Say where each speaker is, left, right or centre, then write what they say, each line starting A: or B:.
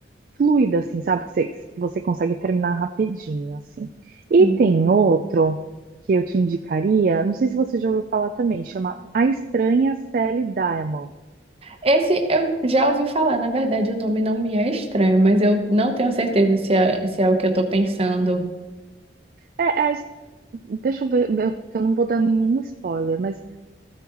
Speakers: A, on the right; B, on the right.
A: fluida, assim, sabe? Que você, que você consegue terminar rapidinho, assim. E
B: Sim.
A: tem outro que eu te indicaria, não sei se você já ouviu falar também, chama A Estranha Sally Diamond.
B: Esse eu já ouvi falar, na verdade, o nome não me é estranho, mas eu não tenho certeza se é, se é o que eu tô pensando.
A: É, é a his- deixa eu ver, eu- que eu não vou dar nenhum spoiler, mas